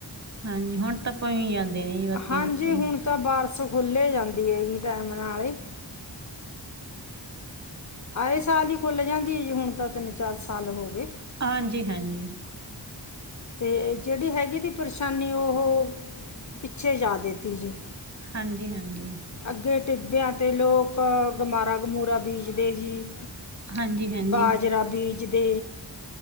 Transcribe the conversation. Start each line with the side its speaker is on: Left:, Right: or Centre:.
Right: ਹਾਂਜੀ ਹੁਣ ਤਾਂ ਭਂ ਜਾਂਦੇ ਨੇ ਜੀ ਬੱਤੀ
Left: ਹਾਂਜੀ
Right: ਬੁੱਤੀ
Left: ਹੁਣ ਤਾਂ ਬਾਰਸ ਖੁੱਲ੍ਹੀ ਜਾਂਦੀ ਹੈਗੀ ਟਾਈਮ ਨਾਲ ਹੀ ਆਏ ਸਾਲ ਹੀ ਖੁੱਲ ਜਾਂਦੀ ਹੈ। ਜੀ ਹੁਣ ਤਾਂ ਤਿੰਨ ਚਾਰ ਸਾਲ ਹੋ ਗਏ।
Right: ਹਾਂਜੀ ਹਾਂਜੀ
Left: ਤੇ ਜਿਹੜੀ ਹੈਗੀ ਤੀ ਪਰੇਸ਼ਾਨੀ ਉਹ ਪਿੱਛੇ ਜਾ ਦਿੱਤੀ ਜੀ।
Right: ਹਾਂਜੀ ਹਾਂਜੀ
Left: ਅੱਗੇ ਟਿੱਬਿਆਂ ਤੇ ਲੋਕ ਗਮਾਰਾ ਗਮੂਰਾ ਬੀਜਦੇ ਸੀ।
Right: ਹਾਂਜੀ ਹਾਂਜੀ
Left: ਬਾਜਰਾ ਬੀਜਦੇ